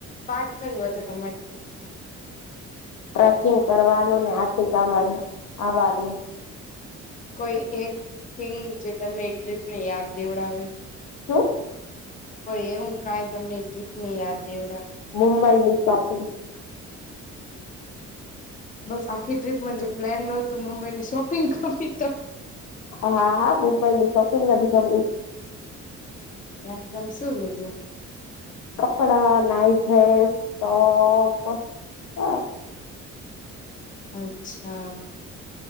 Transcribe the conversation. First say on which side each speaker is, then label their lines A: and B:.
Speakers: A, on the left; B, on the left.
A: પાર્ટ કયું હતું, તમારે ત્યાં? ના
B: ટ્રેકિંગ કરવાનું ને આટું કામ આવવાનું
A: કોઈ એક થિંગ જે તમને ટ્રીપ ને યાદ દેવડાવે?
B: શું?
A: કોઈ એવું કાઈ તમને ટ્રીપની યાદ દેવડાવે
B: મુંબઈની શોપિંગ
A: બસ આખી ટ્રીપમાં જે પ્લેન નતું, મુંબઈની શોપિંગ કરવી
B: હા, હા, મુંબઈની શોપિંગ <unintelligible> ગમી
A: એકદમ, શું લીધું?
B: કપડા, નાઈડ્રેસ, ટોપ, હ
A: અચ્છા